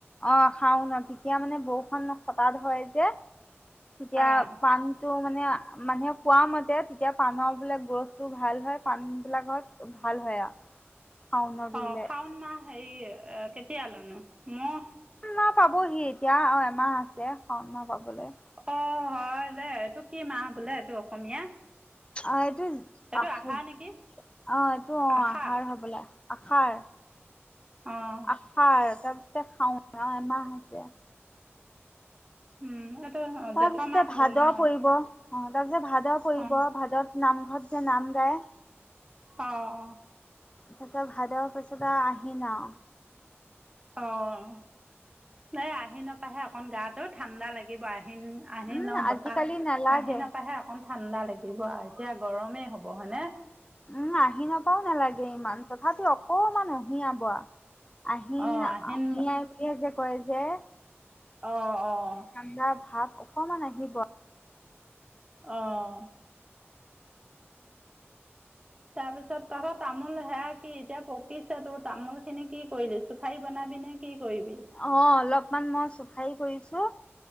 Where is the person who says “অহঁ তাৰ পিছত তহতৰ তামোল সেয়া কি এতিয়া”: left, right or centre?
Right